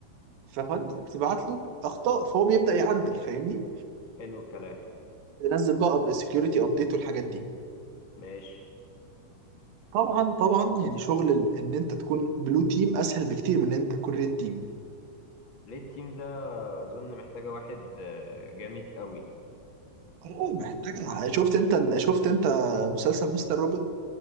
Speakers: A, on the right; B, on the left.
A: فانت بتبعت له اخطاء فهو بيبدا يعدل فاهمني؟
B: حلو الكلام
A: تنزل بقى سكيورتي ابديت والحاجات دي
B: ماشي
A: طبعا طبعا يعني شغل ال- ان انت تكون بلو تيم اسهل بكتير من ان انت تكون ريد تيم
B: ليه التيم ده اظن محتاجة واحد آه، جامد قوي
A: هو محتاج شفت انت شفت انت مسلسل مستر روبوت